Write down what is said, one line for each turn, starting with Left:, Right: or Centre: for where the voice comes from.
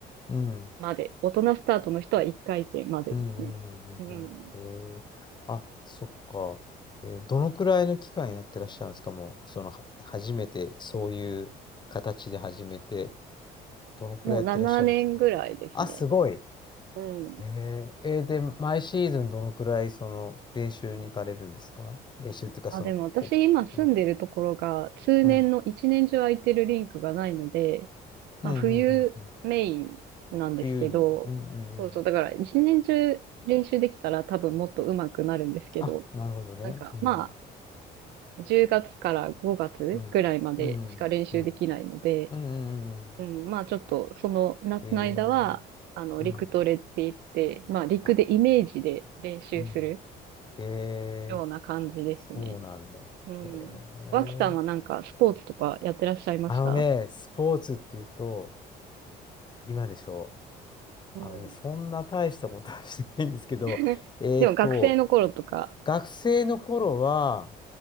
Left: うん、
Right: まで。大人スタートの人は1回転までですね。
Left: うん、うん。うんうんへえ、
Right: うん。
Left: あ、そっか。えーどのくらいの期間やってらっしゃるんですかもう、その、は、初めて、そういう形で始めて、どのくらいやってらっしゃるんですか
Right: もう7年ぐらいですね。
Left: あ、すごい。
Right: うん。
Left: えー、えーで、毎シーズンどのくらいその練習に行かれるんですか練習っていうか、
Right: あ、
Left: その、
Right: でも私今住んでるところが、
Left: こう、うん、
Right: 通年の1年中空いてるリンクがないので、
Left: うん、
Right: まあ、
Left: うん、うん、
Right: 冬メインなんですけど、
Left: うんうん冬に、うん、うん、うん。
Right: そうそう、だから一年中練習できたら多分もっと上手くなるんですけど、
Left: あ、なるほどね。
Right: なんかま
Left: うん、
Right: あ、10月から5月ぐらいまでしか練習できないので、
Left: うん、うん、うん、うん、うん、うん
Right: うん、まあちょっとその夏の間は、
Left: えー、
Right: あの、
Left: うん、
Right: 陸トレって言って、まあ陸でイメージで練習する
Left: あ、うん、えー、
Right: ような感じですね。
Left: そうなんだ。
Right: うん。
Left: えー、
Right: 脇さんはなんかスポーツとかやってらっしゃいました
Left: あのね、スポーツっていうと、今でしょ
Right: うん。
Left: あのね、そんな大したことはしてないんですけど、
Right: <laughs>
Left: えーと、
Right: でも学生の頃とか、
Left: 学生の頃は、